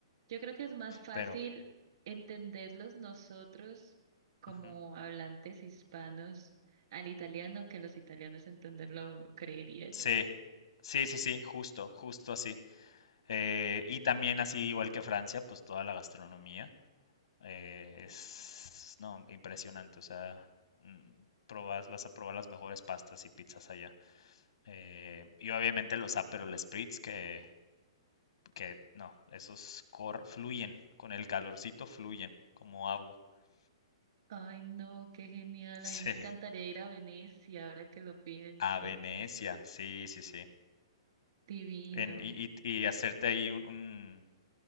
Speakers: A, on the right (about 60°); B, on the left (about 75°).
A: Yo creo que es más fácil
B: pero
A: entenderlos nosotros como
B: ujú,
A: hablantes hispanos al italiano que los italianos entenderlo a uno, creería yo.
B: Sí, sí, sí, sí, justo, justo así. Eh, y también así, igual que Francia, pues toda la gastronomía eh, es, no, impresionante. O sea, mm, probas, vas a probar las mejores pastas y pizzas allá. Eh, y obviamente los Aperol Spritz que, que no, esos cor- fluyen, con el calorcito fluyen como agua. <laughs>
A: Ay, no, qué genial. A mí
B: Sí.
A: me encantaría ir a Venecia ahora que lo pienso.
B: A Venecia, sí, sí, sí.
A: Divino.
B: En- y, y- y hacerte ahí un, un-